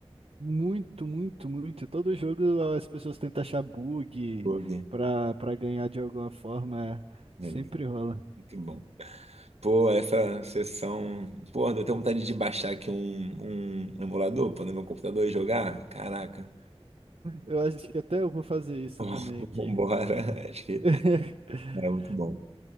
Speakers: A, on the right; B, on the right.
A: muito, muito, muito. Todo jogo as pessoas tentam achar bug
B: bug.
A: pra, pra ganhar de alguma forma. é,
B: É,
A: Sempre rola.
B: muito bom. Pô, essa sessão. Pô, deu até vontade de baixar aqui um, um emulador, pôr no meu computador e jogar. Caraca.
A: Eu acho que até eu vou fazer isso
B: <laughs>
A: também aqui.
B: Vambora. Acho que
A: <laughs>
B: era muito bom.